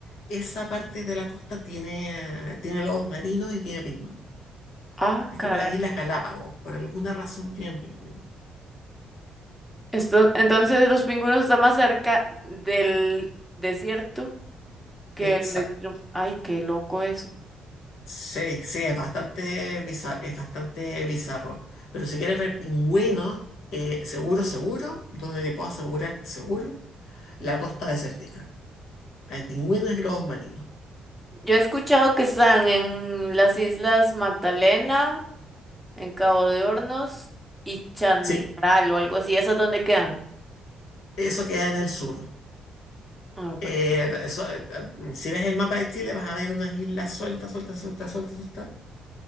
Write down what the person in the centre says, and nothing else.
Ah,
caray.
Esto, entonces los pingüinos están más cerca del desierto que
el extremo. Ay, qué loco eso.
Yo he escuchado que están en las Islas Magdalena, en Cabo de Hornos y Chanral
o algo así. ¿Esas dónde quedan?
Ah, ok.